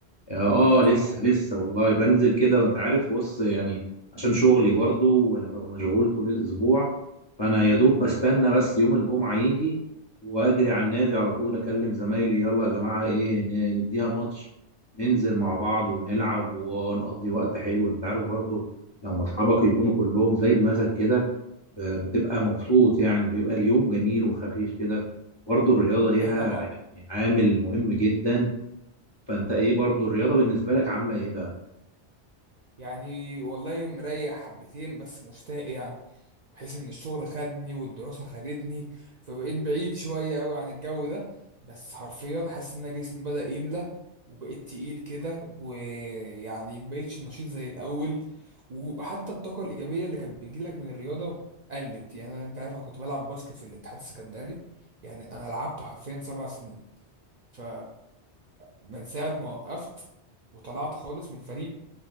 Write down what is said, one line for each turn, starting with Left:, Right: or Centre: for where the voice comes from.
Left: اه
Right: ايوه طبعا
Left: لسه لسه والله بنزل كده وانت عارف بص يعني عشان شغلي برضه وانا ببقى مشغول طول الاسبوع فانا يا دوب بستنى بس يوم الجمعه يجي واجري على النادي على طول اكلم زمايلي يلا يا جماعه ايه ن- نديها ماتش ننزل مع بعض ونلعب ونقضي وقت حلو انت عارف برضه لما اصحابك يكونوا كلهم زي دماغك كده ب- بتبقى مبسوط يعني بيبقى اليوم جميل وخفيف كده برضه الرياضة ليها
Right: ايوه طبعا
Left: يعني عامل مهم جدا فانت ايه برضه الرياضة بالنسبة لك عاملة ايه بقى؟
Right: يعني والله مريح حبتين بس مشتاق يعني بحيث ان الشغل خدني والدراسة خدتني فبقيت بعيد شوية قوي عن الجو ده بس حرفيا حاسس ان أنا جسمي بدأ يملى وبقيت تقيل كده ويعني مبقتش نشيط زي الاول وحتى الطاقة الإيجابية اللي كانت بتجيلك من الرياضة قلت يعني أنا أنت عارف أنا كنت بلعب باسكت في الاتحاد السكندري يعني أنا لعبت حرفيا سبع سنين ف من ساعة ما وقفت وطلعت خالص من الفريق